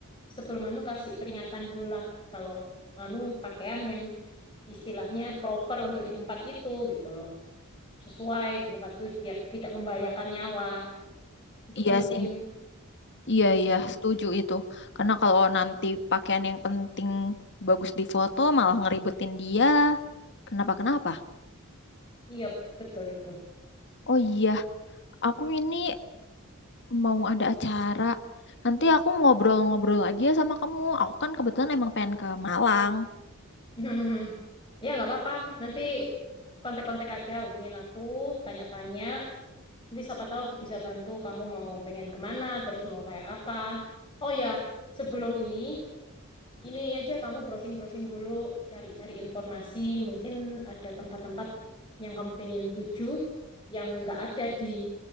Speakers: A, on the left; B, on the left.
A: sebelum anu kasih peringatan dulu lah kalau anu pakaian yang istilahnya proper untuk di tempat itu gitu loh. Sesuai tempat itu biar tidak membahayakan nyawa. Itu
B: iya
A: penting.
B: sih. Iya, iya,
A: Hmm,
B: setuju itu. Karena kalau nanti pakaian yang penting bagus di foto malah ngeribetin dia. Kenapa-kenapa?
A: iya, betul itu.
B: Oh iya, aku ini mau ada acara. Nanti aku ngobrol-ngobrol lagi ya sama kamu. Aku kan kebetulan emang pengen ke Malang.
A: <laughs> Ya, nggak apa-apa. Nanti kontak-kontak aja, hubungin aku, tanya-tanya. Nanti siapa tahu aku bisa bantu kamu mau pengen kemana, terus mau kayak apa. Oh ya, sebelum ini, ini aja kamu browsing-browsing dulu, cari-cari informasi. Mungkin ada tempat-tempat yang kamu pengen tuju, yang nggak ada di